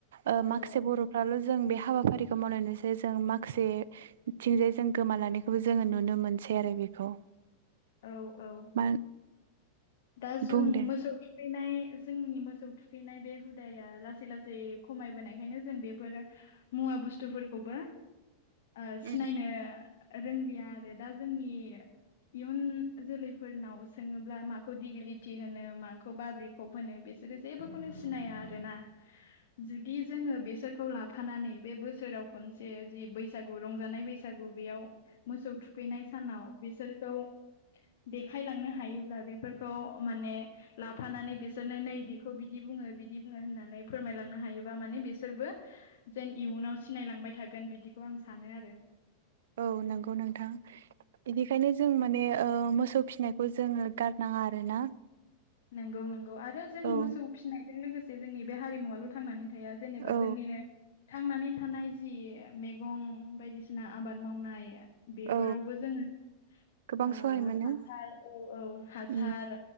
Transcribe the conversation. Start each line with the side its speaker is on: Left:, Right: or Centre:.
Right: ओ माखासे
Left: औ
Right: बर'फ्राल' जों बे हाबाफारिखौ मावनानैसो जों माखासेथिंजाय जों गोमालांनायखौबो जोङो नुनो मोन सै आरो बेखौ।
Left: औ औ
Right: मा
Left: दा जुं
Right: बुं दे
Left: मोसौ थुखैनाय जोंनि मोसौ थुखैनाय बे हुदाया लासै लासै खमायबोनायखायनो जों बेफोरो मुवा बुस्थुफोरखौबो आ सिनायनो
Right: उम
Left: रोंलिया आरो दा जोंनि इयुन जोलैफोरनाव सोङोब्ला मा खौ दिगिलिटि होनो, माखौ बाब्रिकप होनो बिसोरो जेबोखौनो सिनाया आरोना जुदि जोङो बेसोरखौ लाफानानै बे बोसोराव खनसे जि बैसागु रंजानाय बैसागु बेयाव मोसौ थुखैनाय सानाव बिसोरखौ देखालांनो हायोब्ला बे फोरखौ माने लाफानानै बिसोरनो नै बेखौ बिदि बुङो बिदि बुङो होननानै फोरमायलांनो हायोबा माने बिसोरबो जेन इयुनाव सिनायलांबाय थागोन बिदिखौ आं सानो आरो।
Right: औ नंगौ नोंथां बिदिखायनो जों माने ओ मोसौ फिसिनायखौ जोङो गारनाङा आरोना
Left: नंगौ नंगौ आरो जों
Right: औ
Left: मोसौ फिसिनायजों लोगोसे जोंनि बे हारिमुवाल' थांनानै थाया जेनेबा
Right: औ
Left: जोंनिनो थांनानै थानाय जि मैगं बायदिसिना आबाद मावनाय बेफोरावबो
Right: औ
Left: जोङो
Right: गोबां
Left: ओ
Right: सहाय मोनो
Left: हासार औ औ हासार
Right: उम